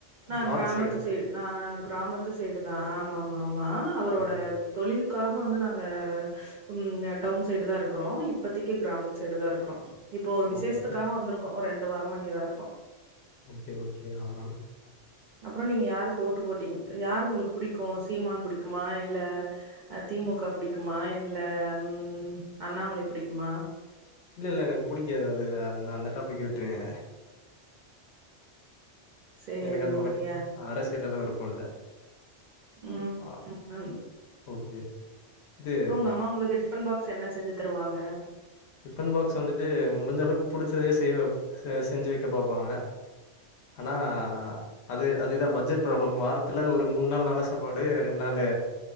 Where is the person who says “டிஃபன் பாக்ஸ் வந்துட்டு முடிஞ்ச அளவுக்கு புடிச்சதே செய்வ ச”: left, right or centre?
Left